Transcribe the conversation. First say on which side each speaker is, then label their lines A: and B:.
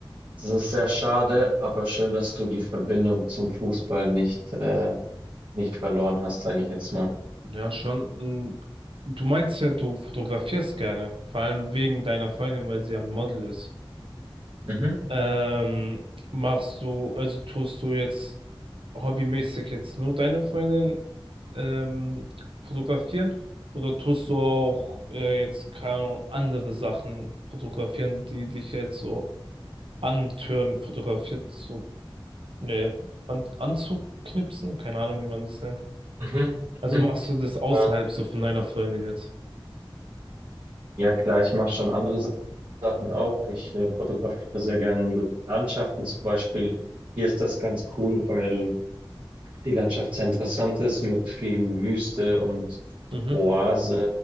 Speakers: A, on the right (about 60°); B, on the right (about 75°).
A: Das ist sehr schade, aber schön, dass du die Verbindung zum Fußball nicht, äh, nicht verloren hast, sage ich jetzt mal.
B: Ja, schon. Und Du meinst ja, du fotografierst gerne, vor allem wegen deiner Freundin, weil sie ja ein Model ist.
A: Mhm,
B: Ähm, machst du, also tust du jetzt hobbymäßig jetzt nur deine Freundin ähm, fotografieren oder tust du auch äh, jetzt keine Ahnung, andere Sachen fotografieren, die dich jetzt so antören, fotografiert zu, ne, an, anzuknipsen? Keine Ahnung, wie man das nennt.
A: mhm,
B: Also
A: mhm.
B: machst du das außerhalb
A: Ähm,
B: so von deiner Freundin jetzt?
A: Ja, klar, ich mache schon andere Sachen auch. Ich äh, fotografiere sehr gerne Landschaften zum Beispiel. Hier ist das ganz cool, weil die Landschaft sehr interessant ist mit viel Wüste und
B: Mhm.
A: Oasen.